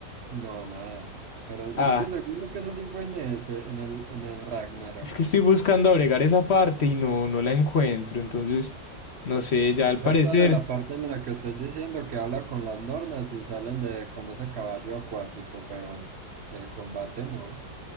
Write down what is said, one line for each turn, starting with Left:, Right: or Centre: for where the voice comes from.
Right: No, nada. Pero
Left: Ah,
Right: es que seguro que eso sí fue en ese, en el, en el Ragnarok.
Left: es que estoy buscando agregar esa parte y no, no la encuentro. Entonces, no sé, ya al
Right: A mí
Left: parecer,
Right: me sale la parte en la que estoy diciendo que habla con las nornas y salen de con ese caballo acuático, pero el combate no.